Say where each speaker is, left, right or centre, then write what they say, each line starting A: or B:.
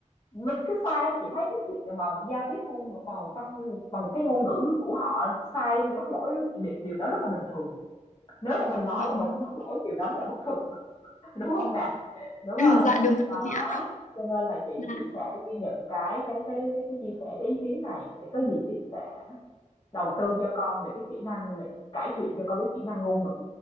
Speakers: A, on the left; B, on the left.
A: mình cứ sai chị thấy cái chuyện mà giao tiếp ngôn bằng văn bằng cái ngôn ngữ của họ sai thì mắc lỗi điều, điều đó rất là bình thường nếu mà mình nói
B: Vâng.
A: mà mình không mắc lỗi điều đó mới là bất thường á. <laughs> đúng không nè đúng
B: <laughs>
A: không
B: dạ đúng
A: đó
B: rồi chị ạ
A: cho nên là chị
B: dạ
A: chị sẽ ghi nhận cái cái cái cái, cái chia sẻ cái ý kiến này để có gì chị sẽ đầu tư cho con về cái kỹ năng về cải thiện cho con cái kỹ năng ngôn ngữ,